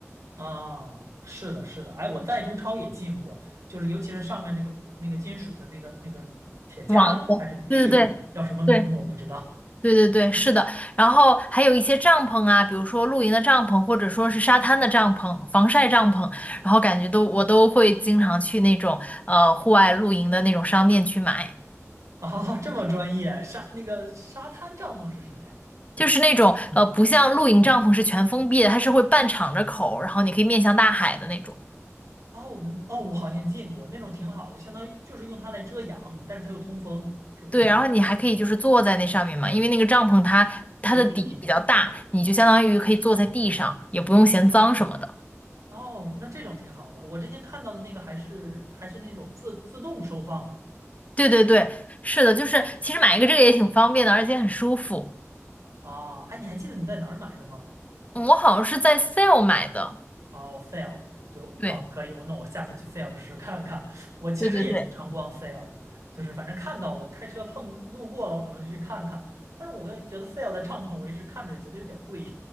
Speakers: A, on the right; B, on the left.
A: 啊，是的，是的，哎，我在中超也进过，就是尤其是上面那个那个金属的那个那个铁架子还是篦子，
B: 网购，对对对。
A: 叫什么名字我不知道。
B: 对对对对，是的。然后还有一些帐篷啊，比如说露营的帐篷，或者说是沙滩的帐篷、防晒帐篷，然后感觉都我都会经常去那种呃户外露营的那种商店去买，
A: <laughs> 哦，这么专业，沙那个沙滩帐篷是什么呀？
B: 就是那种呃不像露营帐篷是全封闭的，它是会半敞着口，然后你可以面向大海的那种。
A: 哦嗯哦，我好像见过那种挺好的就相当于就是用它来遮阳，但是它又通风，是不是？
B: 对，然后你还可以就是坐在那上面嘛，因为那个帐篷它它的底比较大，
A: 有底。
B: 你就相当于可以坐在地上，也不用嫌脏什么的。
A: 哦，那这种挺好的。我之前看到的那个还是还是那种自自动收放的
B: 对对对，是的，就是其实买一个这个也挺方便的，而且很舒服。
A: 啊。哎，你还记得你在哪儿买的吗？
B: 我好像是在 sale 买的，
A: 哦，sale，对哦，
B: 对，
A: 可以，我那我下次去 sale 的时候看看。我其实也经常逛
B: 对对对，
A: sale，就是反正看到了，开车碰路过了，我可能就去看看。但是我觉得 sale 的帐篷，我一直看着也觉得有点贵。